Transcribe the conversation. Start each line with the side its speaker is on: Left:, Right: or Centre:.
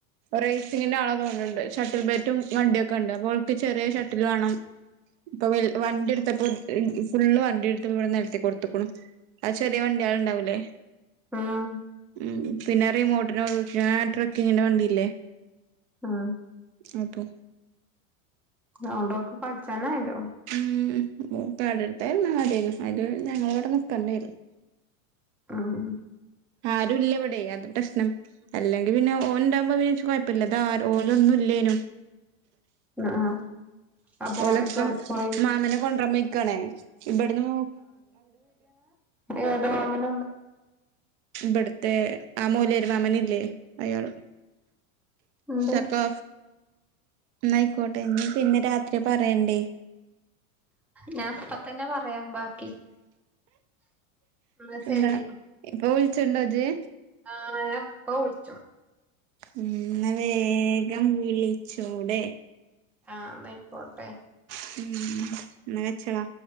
Right: റേസിങ്ങിന്റെ ആള കൊണ്ടരുന്നുണ്ട് ഷട്ടിൽ ബാറ്റും വണ്ടിയൊക്കെ ഉണ്ട് അപ്പോ ഓൾക്ക് ചെറിയ ഷട്ടിൽ വേണം. ഇപ്പൊ വണ്ടി എടുത്തപ്പോ ഫുള്ള് വണ്ടി എടുത്തപ്പോ ഇവിടെ നിരത്തി കൊടുത്തക്ക അതു ചെറിയ വണ്ടി ആളുണ്ടാവൂലേ
Centre: ഉം
Right: ഉം പിന്നെ റിമോട്ടിന് ട്രക്കിങ്ങിന്റെ വണ്ടിയില്ലേ
Centre: ആഹ്
Right: അതെ
Centre: അതോണ്ട് ഓൾക്ക് കളിച്ചാനായല്ലോ
Right: ഉം എടുത്തായിരുന്നു അടായിരുന്നു അതില് ഞങ്ങളവിടെ നിൽക്കണ്ടായിരുന്നു
Centre: ആണോ
Right: ആരുല്ലേ ഇവിടെ അത് പ്രശ്നം അല്ലെങ്കിൽ പിന്നെ ഓൻണ്ടാകുമ്പോ പിന്നെ എനിക്ക് കുഴപ്പമില്ല ഇത് ഓന ഒന്നും ഇല്ലേനും
Centre: ആഹ് ആഹ് അപ്പൊ
Right: ഓളിപ്പം
Centre: ഓലൊക്കെ എവിടെ പോയി
Right: മാമനെ കൊണ്ടക്കാൻ മനിക്കയാണേ ഇവിടുന്ന്
Centre: ഏതു മാമൻ
Right: ഇവിടുത്തെ ആ മൊയലാളി മാമൻ ഇല്ലേ അയാള്
Centre: ഉണ്ടായിരിക്കും
Right: എന്നാ ആയിക്കോട്ടെ പിന്നെ രാത്രി പറയണ്ടേ
Centre: ഞാൻ അപ്പ തന്നെ പറയാം ബാക്കി എന്നാ ശരി
Right: ഇല്ല ഇപ്പൊ വിളിച്ചണ്ടോ ഇജ്ജ്
Centre: ആണോ ഞാൻ ഇപ്പൊ വിളിചോളൂ
Right: എന്ന വേഗം വിളിച്ചൂടെ
Centre: ആഹ് ആയിക്കോട്ടെ
Right: ഉം എന്നാ അയച്ചേള